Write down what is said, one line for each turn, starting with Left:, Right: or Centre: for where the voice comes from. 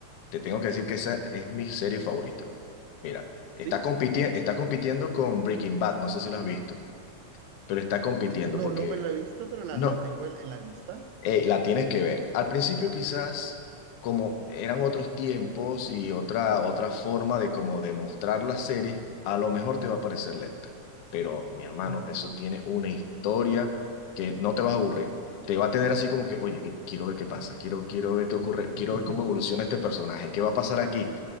Left: te tengo que decir que esa es mi serie favorita. Mira, está
Right: ¿Sí?
Left: compitiendo, está compitiendo con Breaking Bad, no sé si lo has visto, pero está compitiendo
Right: No,
Left: porque
Right: no me lo he visto, pero la,
Left: no.
Right: la tengo en, en la lista.
Left: Eh, la tienes que ver. Al principio quizás como eran otros tiempos y otra, otra forma de como demostrar la serie, a lo mejor te va a parecer lenta. Pero mi hermano,
Right: Ujú.
Left: eso tiene una historia que no te vas a aburrir. Te va a tener así como que, oye, que- quiero ver qué pasa, quiero, quiero ver qué ocurre, quiero
Right: <laughs>
Left: ver cómo evoluciona este personaje, qué va a pasar aquí.